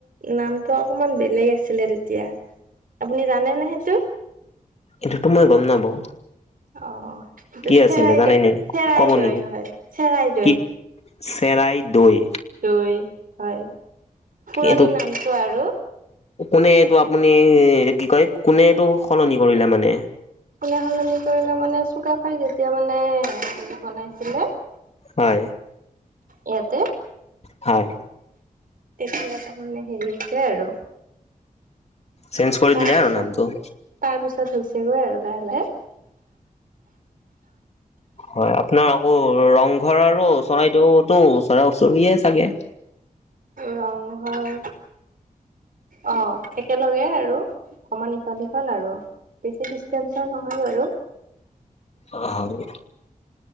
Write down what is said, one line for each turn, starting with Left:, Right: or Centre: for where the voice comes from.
Right: নামটো অকমান বেলেগ আছিলে তেতিয়া আপুনি জানে নে সেইটো
Left: এইটোমই গম নাপাওঁ
Right: অ' চেৰাই
Left: কি আছিলে জানে
Right: দৈ
Left: নি
Right: চেৰাই
Left: ক'ব
Right: দৈ
Left: নেকি
Right: হয় চেৰাই দৈ
Left: কি চেৰাই দৈ
Right: দৈ হয় পুৰণি
Left: এইটো
Right: নামতো আৰু
Left: কোনে এইটো আপুনি কি কয় কোনে এইটো সলনি কৰিলে মানে
Right: কোনে সলনি কৰিলে মানে চুকাফাই যেতিয়া মানে বনাইছিলে
Left: হয়।
Right: ইয়াতে
Left: হয়।
Right: তেতিয়া তাৰ মানে হেৰি হৈছে আৰু
Left: চেন্স কৰি
Right: তাৰপিছত
Left: দিলে আৰু আৰু নামতো
Right: তাৰ পিছত হৈছেগৈ আৰু লাহে লাহে
Left: হয় আপোনাৰ আকৌ ৰংঘৰ আৰু চৰাইদেউতো ওচৰা ওচৰিয়ে চাগে
Right: ৰংঘৰ অ' একেলগে আৰু সমান ইফাল সিফাল আৰু, বেছি ডিষ্টেনচৰ নহয় বাৰু।
Left: অ' হয়।